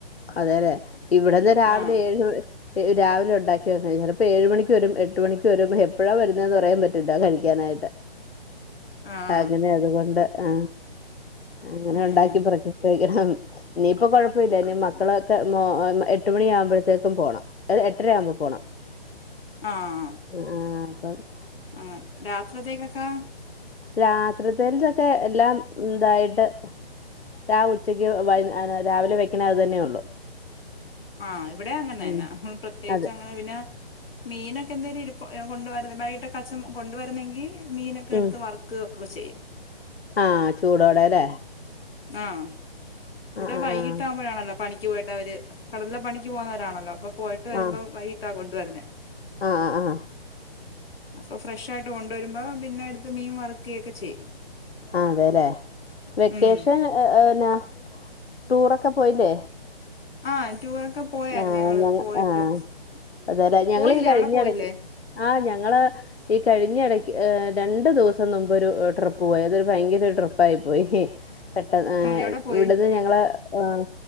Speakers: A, on the left; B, on the left.
A: അതേല്ലെ ഇവിടെന്ന് രാവിലെ
B: ആഹ്
A: ഏഴു രാവിലെ ഉണ്ടാക്കി വന്ന ചിലപ്പോ ഏഴ് മണിക്ക് വരും എട്ട് മണിക്ക് വരും എപ്പോഴാ വരുന്നതെന്ന് പറയാൻ പറ്റില്ലാ കഴിക്കാനായിട്ട്
B: ആഹ്
A: അങ്ങനെ അതുകൊണ്ട് ആ അങ്ങനെ
B: ഉം
A: ഉണ്ടാക്കി <unintelligible> നീ ഇപ്പ കൊഴപ്പമില്ല ഇ മക്കളൊക്കെ മ എട്ട് മണി ആകുമ്പോഴത്തേക്കും പോണം അ എട്ടരയാവുമ്പോ പോണം.
B: ആ ആ
A: ആഹ് ആഹ് അപ്പം
B: അങ്ങനെ രാത്രിത്തേക്കൊക്കെ
A: രാത്രിത്തേ ക്കെ എല്ലാം ഇതായിട്ട്. രാ ഉച്ചക്ക് യു വൈ <unintelligible> രാവിലെ വെക്കണ അത് തന്നെ ഉള്ളു.
B: ആഹ് ഇവിടെ അങ്ങനെന്നെ
A: ഉം
B: പ്രത്യേകിച്ച്
A: അതെ
B: അങ്ങനെ പിന്നെ മീനൊക്കെ എന്തേലും ഇ <unintelligible> കൊണ്ടുവരുന്ന വൈകിട്ട് അച്ച കൊണ്ടുവരുന്നെങ്കിൽ മീനൊക്കെ
A: ഉം
B: എടുത്ത് വർക്ക്.. കുർ ചെയ്യും.
A: ആഹ് ചൂടോടെല്ലേ.
B: ആഹ് ഇവിടെ
A: ആഹ്
B: വൈകിട്ട്കുമ്പോഴാണല്ലോ.
A: ആഹ്
B: പണിക്ക് പോയിട്ട് അവര് കടലില പണി പോുന്നവരാണല്ലോ അപ്പൊ പോയിട്ട് വരുമ്പോ
A: ആഹ്
B: വൈകിട്ടാകോണ്ട് പറഞ്ഞെ.
A: ആഹ് ആഹ് ആഹ്
B: അപ്പൊ ഫ്രഷ് ഇയായിട്ട് കൊണ്ടുവരുമ്പോ പിന്നെ അടുത്ത് മീൻ മറക്കുകയക്കെ ചെയ്യും.
A: ആഹ് അതെല്ലേ വെക്കേഷൻ
B: ഉം
A: ന്നാ ടൂറൊക്കെ പോയില്ലേ?
B: ആഹ്. ടൂറൊക്കെ പോയായിരുന്നു
A: ആഹ്
B: ഞങ്ങള്
A: ഞങ്ങ
B: പോയിട്ട്
A: ആഹ് അതരാ ഞങ്ങീ
B: പോയില്ലേ
A: കഴിഞ്ഞ
B: അവിടെ പോയില്ലേ
A: ഇടക്ക് ആഹ് ഞങ്ങള് ഈ കഴിഞ്ഞ ഇടക്ക് ഏ രണ്ടു ദിവസം മുമ്പ് ഒരു ട്രിപ്പ് പോയി. അതൊരു ഭയങ്കര ട്രിപ്പായി പോയി. പെട്ടെന്ന്
B: എവിടെ പോയി
A: ഇവിടുന്ന് ഞങ്ങള് ഉഹും